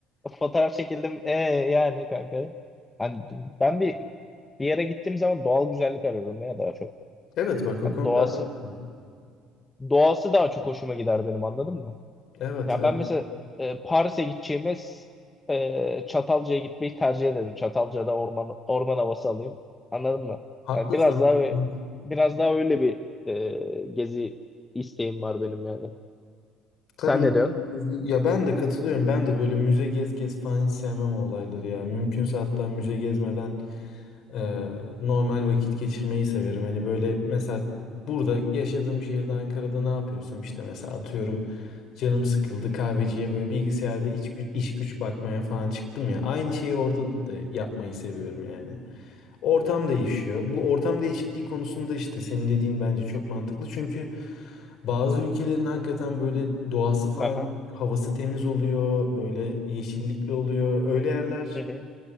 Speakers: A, on the left; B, on the left.
A: fotoğraf çekildim e yani kanka. Hani ben bir bir yere gittiğim zaman doğal güzellik arıyorum ya daha çok.
B: Evet bak o
A: Hani
B: konuda
A: doğası
B: haklısın.
A: doğası daha çok hoşuma gider benim anladın mı?
B: evet,
A: Ya
B: evet.
A: ben mesela e, Paris'e gideceğime e, Çatalca'ya gitmeyi tercih ederim. Çatalca'da orman orman havası alayım. Anladın mı?
B: Haklısın.
A: Yani biraz daha
B: Hı.
A: biraz daha öyle bir e, gezi isteğim var benim yani.
B: Tabii
A: Sen
B: müze
A: ne diyorsun?
B: gez- ya ben de katılıyorum. Ben de böyle müze gez gez falan hiç sevmem o olayları ya. Mümkünse hatta müze gezmeden e, normal vakit geçirmeyi severim. Hani böyle mesela burada yaşadığım şehirde Ankara'da ne yapıyorsam işte mesela atıyorum canım sıkıldı kahveciye böyle bilgisayarda iç, gü- iş güç bakmaya falan çıktım ya. Aynı şeyi orada da yapmayı seviyorum yani. Ortam değişiyor. Bu ortam değişikliği konusunda işte senin dediğin bence çok mantıklı. Çünkü bazı ülkelerin hakikaten böyle doğası falan
A: Aha.
B: çok havası temiz oluyor. Böyle yeşillikli oluyor. Öyle yerler
A: Hı hı.